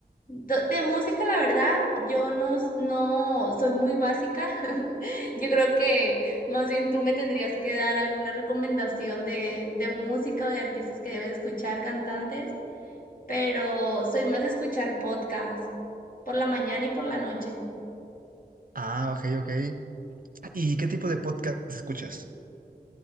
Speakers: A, on the left (about 50°); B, on the right (about 55°).
A: Do- De música, la verdad, yo no, s- no soy muy básica. <laughs> Yo creo que más bien tú me tendrías que dar alguna recomendación de, de música o de artistas que debes escuchar, cantantes pero soy más de escuchar podcast por la mañana y por la noche.
B: Ah, ok, ok. ¿Y qué tipo de podcast escuchas?